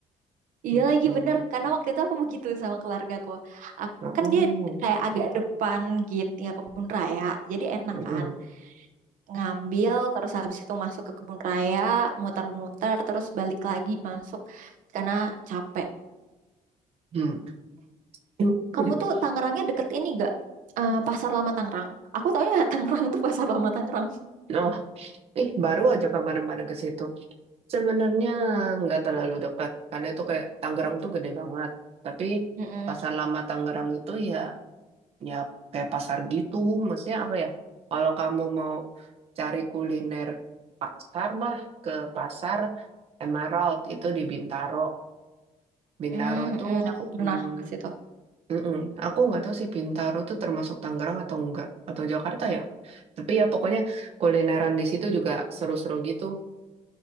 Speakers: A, on the right (about 80°); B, on the right (about 50°).
A: Iya
B: Mm-mm.
A: lagi bener karena waktu itu aku begitu sama keluargaku. Ak-
B: Oh,
A: Kan dia kayak agak depan gitu ya kebun raya. Jadi enak
B: mm-mm.
A: kan ngambil terus habis itu masuk ke kebun raya, muter-muter terus balik lagi masuk karena capek.
B: Hmm. <clears throat>
A: Kamu tuh Tangerangnya deket ini gak? Eh, Pasar Lama Tangerang. Aku taunya <laughs> Tangerang tuh Pasar Lama Tangerang.
B: Oh, ih baru aja kemarin-kemarin ke situ. Sebenarnya nggak terlalu dekat, karena itu kayak Tangerang tuh gede banget. Tapi
A: Mm-mm.
B: Pasar Lama Tangerang itu ya ya kayak pasar gitu maksudnya apa ya kalau kamu mau cari kuliner pasar mah ke pasar Emerald itu di Bintaro Bintaro
A: Mm-mm.
B: tuh
A: Aku pernah
B: mm,
A: ke situ.
B: mm-mm. aku nggak tahu sih Bintaro tuh termasuk Tangerang atau enggak atau Jakarta ya tapi ya pokoknya kulineran di situ juga seru-seru gitu